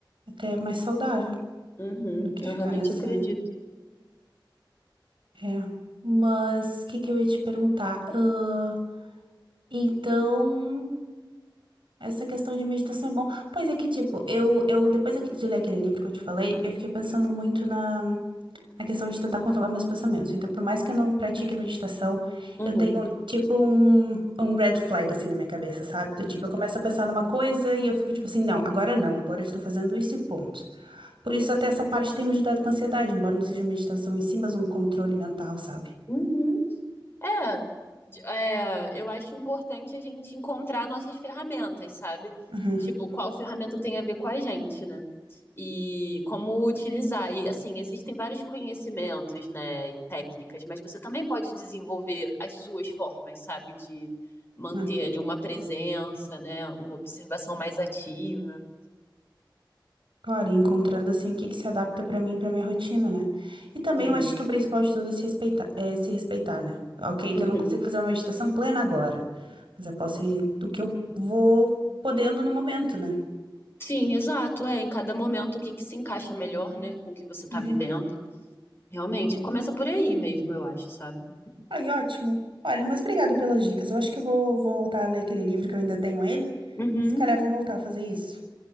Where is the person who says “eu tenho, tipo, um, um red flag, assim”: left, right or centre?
Right